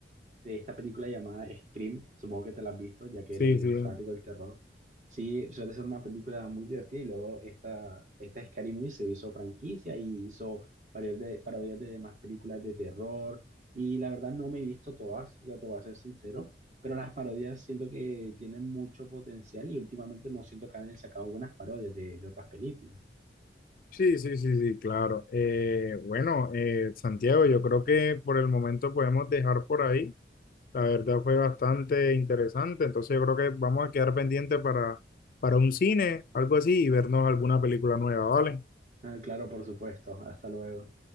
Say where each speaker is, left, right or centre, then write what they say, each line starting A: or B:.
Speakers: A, on the right (about 45°); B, on the left (about 50°).
A: de esta película llamada Scream, supongo que te la has visto, ya que
B: Sí,
A: eres
B: sí.
A: fanático del terror. Sí, suele ser una película muy divertida y luego esta, esta Scary Movie se hizo franquicia y hizo varios de, parodias de demás películas de terror y la verdad no me he visto todas, ya te voy a ser sincero, pero las parodias siento que tienen mucho potencial y últimamente no siento que hayan sacado buenas parodias de, de otras películas.
B: Sí, sí, sí, sí, claro. Eh, bueno, eh, Santiago, yo creo que por el momento podemos dejar por ahí. La verdad fue bastante interesante, entonces yo creo que vamos a quedar pendientes para, para un cine, algo así, y vernos alguna película nueva, ¿vale?
A: Ah, Claro, por supuesto. Hasta luego.